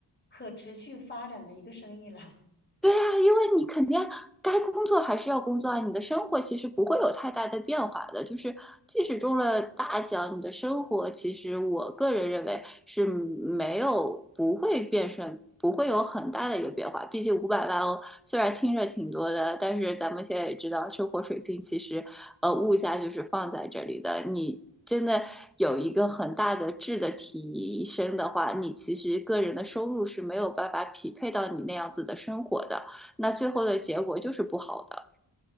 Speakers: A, on the left; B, in the centre.
A: 可持续发展的一个生意了。
B: 对呀，因为你肯定该工作还是要工作啊，你的生活其实不会有太大的变化的。就是即使中了大奖，你的生活其实我个人认为是没有不会变顺，不会有很大的一个变化。毕竟五百万哦，虽然听着挺多的，但是咱们现在也知道，生活水平其实呃物价就是放在这里的，你。真的有一个很大的质的提升的话，你其实个人的收入是没有办法匹配到你那样子的生活的。那最后的结果就是不好的。